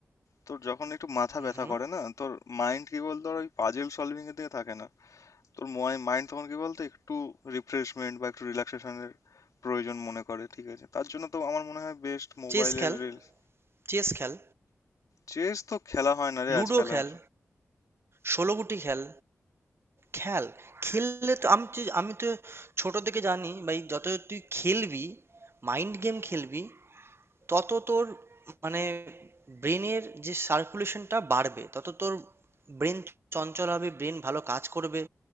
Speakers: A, on the left; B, on the right.
A: তোর যখন একটু মাথা
B: হুম
A: ব্যথা
B: হুম
A: করে না তোর মাইন্ড কি বলতো ওর ওই পাজেল সলভিং এর দিকে থাকে না তোর মাইন্ড তখন কি বলতো একটু রিফ্রেশমেন্ট বা একটু রিল্যাক্সেশনের প্রয়োজন মনে করে ঠিক আছে তার জন্য তো আমার মনে হয় বেস্ট মোবাইলের
B: চেস খেল
A: রিলস
B: চেস খেল
A: চেস তো খেলা হয় না রে
B: লুডো
A: আজকাল
B: খেল
A: আর
B: ষোলো গুটি খেল খেল খেললে তো আমি তো আমি তো ছোট থেকে জানি ভাই যত তুই খেলবি মাইন্ড গেম খেলবি তত তোর মানে ব্রেনের যে সার্কুলেশনটা বাড়বে তত তোর ব্রেন চঞ্চল হবে ব্রেন ভালো কাজ করবে